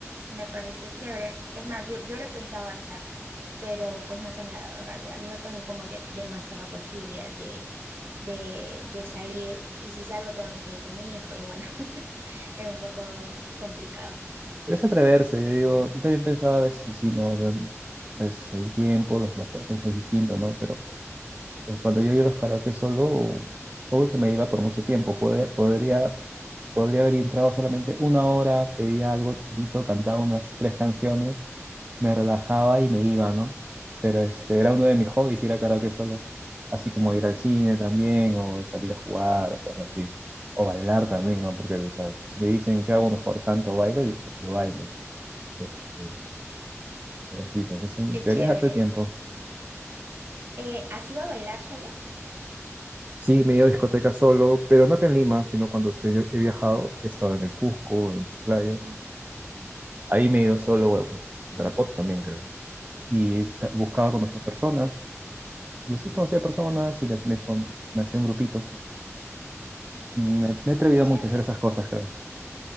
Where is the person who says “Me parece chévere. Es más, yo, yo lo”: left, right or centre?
Right